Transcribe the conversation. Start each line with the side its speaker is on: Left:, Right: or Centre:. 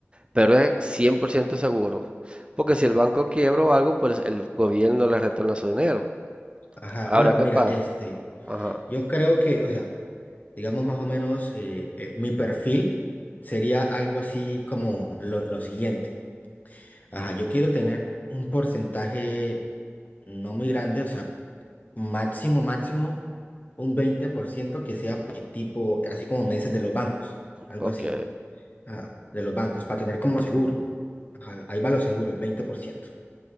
Right: pero es 100% seguro. Porque si el banco quiebra o algo, pues el gobierno le retorna su dinero.
Left: Ajá,
Right: Ahora,
Left: bueno,
Right: ¿qué
Left: mira,
Right: pasa?
Left: este,
Right: Ajá,
Left: yo creo que, o sea, digamos más o menos, eh, eh, mi perfil sería algo así como lo, lo siguiente. Ajá, yo quiero tener un porcentaje no muy grande, o sea, máximo, máximo, un 20% que sea eh, tipo, así como me dices, de los bancos, algo
Right: ok.
Left: así. ah, de los bancos para tener como seguro. Ajá, ahí va lo seguro, el veinte por ciento